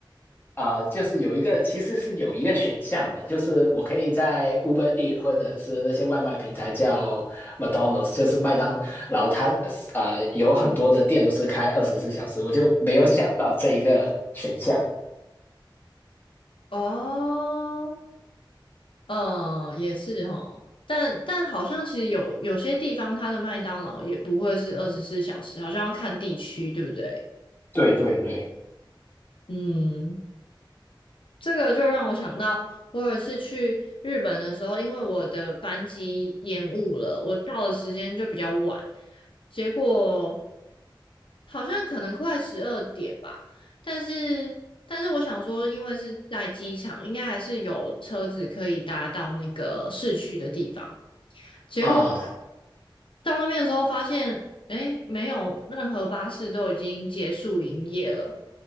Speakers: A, on the left; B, on the left.
A: 啊、呃就是有一个其实是有一个选项的，就是我可以在 Uber Eat 或者是那些外卖平台叫 McDonald's，就是麦当劳，它呃有很多的店都是开二十四小时，我就没有想到这一个选项
B: 哦，嗯，也是哦，但但好像其实有有些地方它的麦当劳也不会是二十四小时，好像要看地区，对不对？
A: 对对对，
B: 嗯，这个就让我想到，我有一次去日本的时候，因为我的班机延误了，我到的时间就比较晚，结果好像可能快十二点吧，但是但是我想说，因为是在机场，应该还是有车子可以搭到那个市区的地方。结果
A: 啊、
B: 到那边的时候发现，哎，没有任何巴士都已经结束营业了，